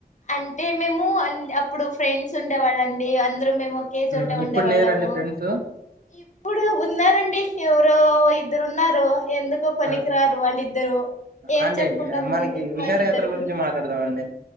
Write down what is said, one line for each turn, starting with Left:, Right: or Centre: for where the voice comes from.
Left: అంటే మేము అండ్ అప్పుడు ఫ్రెండ్స్ ఉండేవాళ్ళ అండి అందరు మేము ఒకే చోట
Right: ఉమ్,
Left: ఉండే
Right: ఇప్పుడు
Left: వాళ్ళము
Right: లేరండి ఫ్రెండ్స్
Left: ఇప్పుడు ఉన్నారండి ఎవరో ఇద్దరు ఉన్నారు. ర ఎందుకో పనికిరారు
Right: ఆ
Left: వాళ్ళిద్దరు ఏం
Right: అండి
Left: చెప్పుకుంటాంలేండి
Right: అండి మనకి విహారయాత్ర
Left: వాళ్ళిద్దరు గురించి
Right: మాట్లాడదామండి